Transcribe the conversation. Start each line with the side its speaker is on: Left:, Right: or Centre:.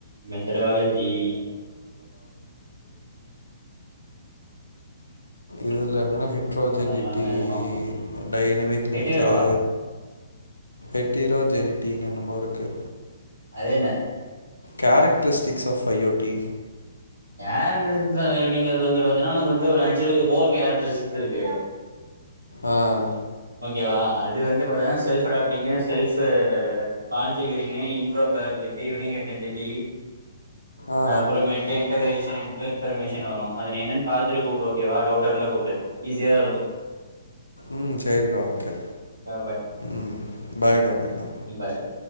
Right: த்டாலஜ் ஈ
Left: இதுல்ல எனனா ஹெட்ரோஜெனிட்டி
Right: எல்லாமே இருக்கு
Left: டைனமிக் நேச்சரு
Right: எட்டு ரூபாவா
Left: எட்டிரோ ஜெனிட்டீனென்னமோ இருக்கு
Right: அதென்னது
Left: கேரக்டரிஸ்டிக்ஸ் ஆஃப் ஐஓடி
Right: ஏரட்டஸ் ஸார் எப்டிங்கறது வந்து பாத்தேனா உனக்கு வந்து ஒரு அஞ்சு இருக்கு கோல் கேரக்ரஸுக்ஸ் இருக்கு
Left: ஆஹ்
Right: இங்கவா அது வந்து பாத்தனா self adapting self configuring interoperability வினிகர் கன்டெட்டி
Left: ஆ
Right: அப்றமேட்டு இன்டக்கரேஸ் மிச்சின்ட்டு இன்ஃபர்மேஷன் வரூ அது நீ என்னன் பாத்துட்டு கூப்டு ஓகேவா டவ்ட்டாருந்தா கூப்டு ஈஸியாதாருக்கூ
Left: ம் சேரிடா ஓக்கே
Right: பாய்
Left: ம் பாய்டா பாய்டா
Right: பாய் பை